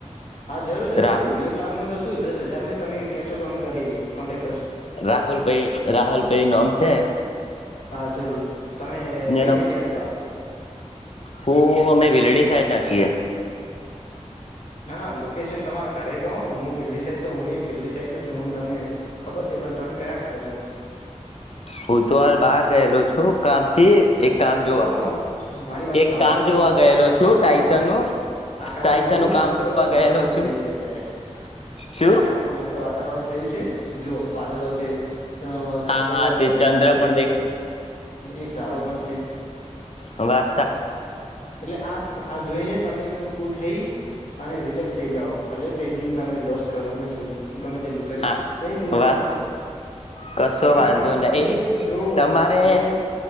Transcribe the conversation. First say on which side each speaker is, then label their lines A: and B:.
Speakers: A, on the left; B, on the left.
A: હા જરૂર જરૂર
B: રા
A: એક લાખ માં તો શું દસ હજાર માં એ તમે કેશો તો અમે કરીએ કોન્ટક
B: રાહુલ ભાઈ રાહુલ તે નોમ છે
A: હા જરૂર તમે કઈ
B: એનો
A: જગ્યા છો હાલ
B: હું અમે ભીલડી સાઈડ છીએ
A: ના ના લોકેશન તમારા ઘરે કહો હું ભિલડી સાઈડ તો હું ભિલડી સાઈડ નો છું હું તમને ખબર છે પણ તમે કયા ઘરે છો એમ
B: હું તો હાલ બહાર ગયેલો છું કામથી એક કામ જોવા
A: તો મારી વાત
B: એક
A: સાંભળો
B: કામ
A: તમે
B: જોવા
A: મસ્ત
B: ગયેલો
A: આકાશમાં
B: છું ટાઈસનનું
A: જોવો આકાશમાં
B: ટાઈસનનું
A: જુઓ મસ્ત
B: કામ જોવા
A: વાતાવરણ
B: ગયેલો છું
A: થયું છે અત્યારે
B: શું
A: આકાશમાં મસ્ત વાતાવરણ થયું છે જો વાદળો છે તો ચંદ્ર
B: હા હા
A: અને
B: તે ચંદ્ર
A: નાનું દેખાય
B: પણ
A: છે એક પણ છે
B: હવા
A: એટલે આ આ જોઈને તમે એકદમ કુલ થઈ અને રિલેક્સ થઇ જાઓ ભલે ટ્રેડિંગ તમે લોસ કર ગમે ગમે તેટલું કર્યું
B: હા
A: એની ચિંતા મત
B: વાત
A: કરો
B: કશો
A: તમે
B: વાંધો
A: તમારા
B: નહી
A: તમે જો
B: તમારે
A: તમે